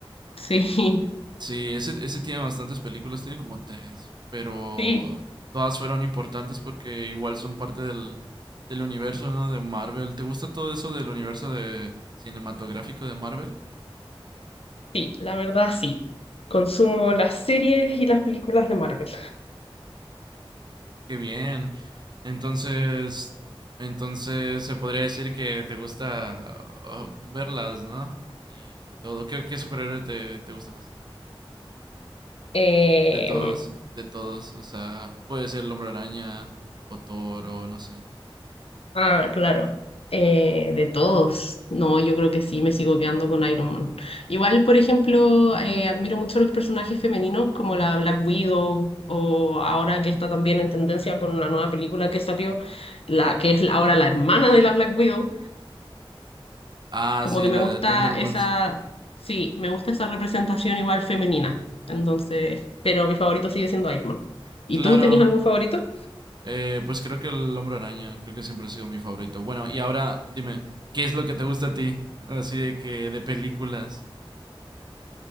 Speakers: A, on the left; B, on the right.
A: Sí,
B: Sí, ese, ese tiene bastantes películas, tiene como tres, pero
A: <laughs> sí,
B: todas fueron importantes porque igual son parte del, del universo, ¿no? De Marvel. ¿Te gusta todo eso del universo de cinematográfico de Marvel?
A: sí, la verdad sí. Consumo las series y las películas de Marvel.
B: Qué bien. Entonces, entonces se podría decir que te gusta uh, verlas, ¿no? Y todo. ¿Qué, qué superhéroe te, te gusta más?
A: Eh,
B: De todos, de todos. O sea, puede ser el Hombre Araña o Thor o no sé.
A: Ah, claro. Eh, de todos. No, yo creo que sí, me sigo quedando con Iron Man. Igual, por ejemplo, eh, admiro mucho los personajes femeninos como la Black Widow o ahora que está también en tendencia con la nueva película que salió, la que es la- ahora la hermana de la Black Widow.
B: Ah,
A: Como
B: sí,
A: que
B: la
A: me gusta
B: de Thunderbolts.
A: esa, sí, me gusta esa representación igual femenina. Entonces, pero mi favorito sigue siendo Iron Man. ¿Y
B: Claro,
A: tú tenías algún favorito?
B: eh, pues creo que el Hombre Araña, creo que siempre ha sido mi favorito. Bueno, y ahora dime, ¿qué es lo que te gusta a ti? Así de que de películas.